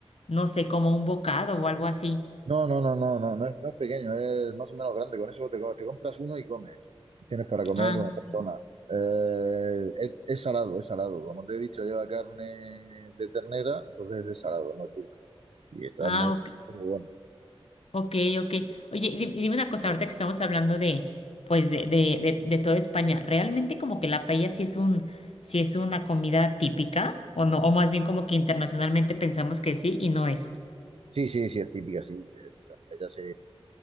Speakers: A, on the left; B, on the right.
A: no sé, como un bocado o algo así.
B: No, no, no, no, no, no es, no es pequeño, es más o menos grande. Con eso te, co- te compras uno y comes. Tienes para comer
A: Ah,
B: una persona. Eh, es, es salado, es salado. Como te he dicho, lleva carne de ternera, entonces es salado, no es dulce. Y está
A: ah,
B: muy, muy bueno.
A: Ok, ok. Oye, y di- y dime una cosa, ahorita que estamos hablando de, pues, de, de, de, de toda España, ¿realmente como que la paella sí es un, sí es una comida típica o no? O más bien como que internacionalmente pensamos que sí y no es.
B: Sí, sí, sí, es típica, sí. Eh, Ella se,